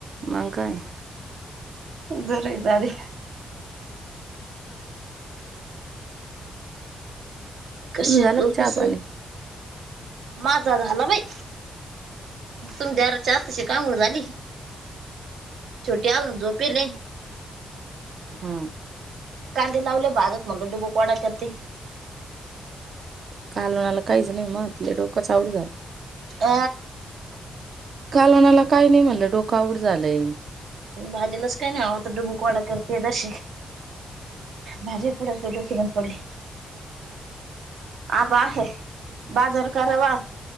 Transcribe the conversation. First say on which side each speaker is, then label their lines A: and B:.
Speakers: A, on the right; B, on the right.
A: मग काय,
B: बर आहे दारी, कश
A: तुम झालं का चहा
B: कस
A: पाणी
B: माझा झाला बाई, तुम दराच्या आताशी अंघोळ झाली, छोट्या आलून झोपेले,
A: हा
B: कांदे लावले बाधत म्हणलं ुबोकवाडा करते.
A: काल म्हणाला काहीच नाही मग तिला डोकंच आउट झालं.
B: आ
A: काल मला काय नाही म्हणलं डोक आउट झालंय.
B: भाजीलाच काय नाही आ आता डुबूकवाडा करतेय तश, भाजे पुोडचडोकन पडली, आबा आहे, बाजार करावा